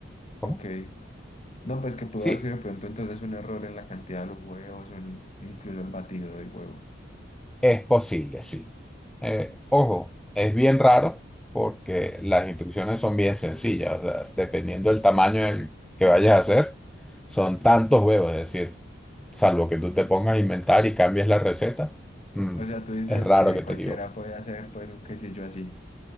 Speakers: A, in the centre; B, on the left.
A: ¿Cómo?
B: ok. No, pues que pudo
A: Sí,
B: haber sido de pronto entonces un error en la cantidad de los huevos, o en- incluso el batido del huevo.
A: Es posible, sí. Eh, ojo, es bien raro porque las instrucciones son bien sencillas, o sea, dependiendo del tamaño del que vayas a hacer, son tantos huevos, es decir, salvo que tú te pongas a inventar y cambies la receta, mm,
B: O sea, tú dices
A: es raro
B: que
A: que
B: cualquiera
A: te equivoques.
B: puede hacer pues un quesillo así.